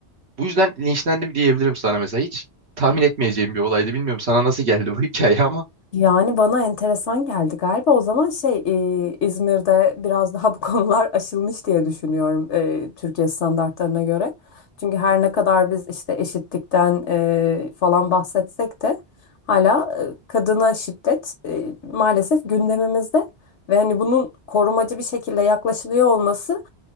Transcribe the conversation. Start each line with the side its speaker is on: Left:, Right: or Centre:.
Right: Bu yüzden linçlendim diyebilirim sana mesela. Hiç tahmin etmeyeceğim bir olaydı. Bilmiyorum sana nasıl geldi bu <laughs> hikaye ama.
Left: Yani bana enteresan geldi galiba. O zaman şey e, İzmir'de biraz daha bu <laughs> konular aşılmış diye düşünüyorum e, Türkiye standartlarına göre. Çünkü her ne kadar biz işte eşitlikten e, falan bahsetsek de hala e, kadına şiddet e, maalesef gündemimizde ve hani bunun korumacı bir şekilde yaklaşılıyor olması